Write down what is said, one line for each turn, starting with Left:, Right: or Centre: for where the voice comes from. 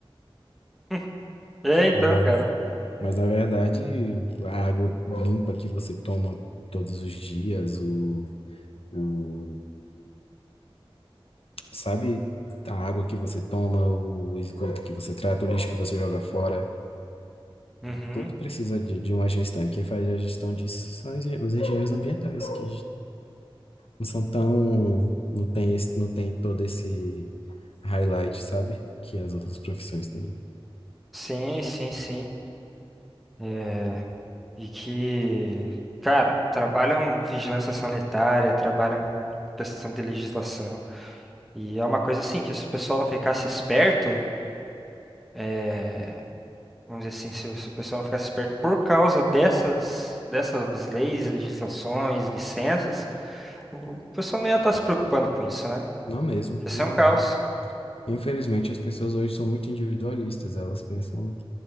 Centre: <laughs> é, então,
Left: Mas,
Centre: cara.
Left: mas na verdade, a água limpa que você toma todos os dias, o, o sabe? A água que você toma, o esgoto que você trata, o lixo que você joga fora,
Centre: Uhum.
Left: tudo precisa de, de uma gestão. E quem faz a gestão disso são os engen- os engenheiros ambientais, que não são tão, não tem esse, não tem todo esse highlight, sabe? Que as outras profissões têm.
Centre: Sim, sim, sim. É, e que, cara, trabalham em vigilância sanitária, trabalham com questão de legislação. E é uma coisa assim, que se o pessoal não ficasse esperto, é, vamos dizer assim, se, o se o pessoal não ficasse esperto por causa dessas, dessas leis, legislações, licenças, o pessoal não ia estar se preocupando com isso, né?
Left: Não mesmo,
Centre: Ia
Left: não
Centre: ser um caos.
Left: mesmo. Infelizmente, as pessoas hoje são muito individualistas, elas pensam